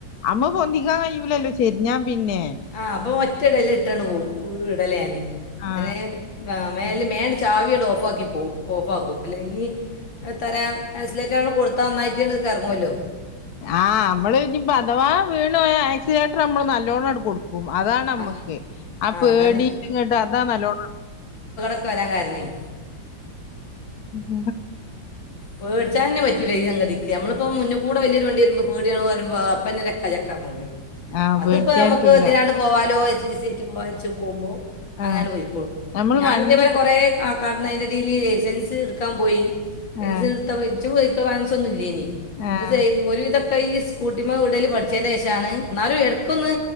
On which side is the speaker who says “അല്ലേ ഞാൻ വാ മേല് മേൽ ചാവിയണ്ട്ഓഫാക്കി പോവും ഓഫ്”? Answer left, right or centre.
Left